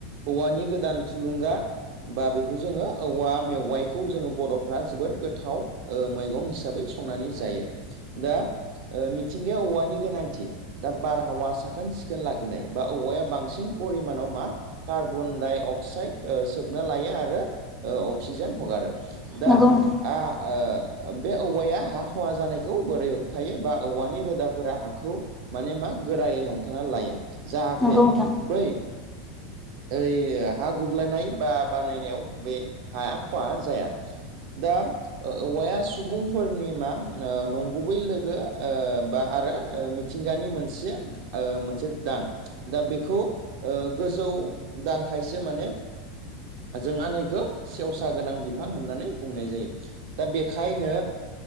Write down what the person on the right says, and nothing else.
औवानि गोदान थुलुंगा बा बेखौ जोङो औवा मेवाइखौ जोङो बर'फ्रा जोबोद गोथाव ओ मैगं हिसाबै संनानै जायो। दा ओ मिथिंगायाव औवानि गोनांथि दा बारहावा साखोन-सिखोन लाखिनाय बा औवाया बांसिन परिमानाव मा कार्बन डाइ अक्साइड ओ सोबना लायो आरो अक्सिजेन हगारो दा
आ ओ बे औवाया हा खहा जानायखौ बोरै होबथायो बा औवानि रोदाफोरा हाखौ माने मा गोरायै हमथाना लायो जाहाथे
बै ओइ हा गुबलायनाय बा बानायनायाव बे हाया खहा जाया। दा औवाया सुबुंफोरनि मा ओ नंगुबै लोगो ओ बा आरो मिथिंगानि मोनसे ओ मोनसे दान दा बेखौ ओ गोजौ दानखायसो माने जों आ नैखौ सेवसा गोनां बिफां होननानै बुंनाय जायो दा बेखायनो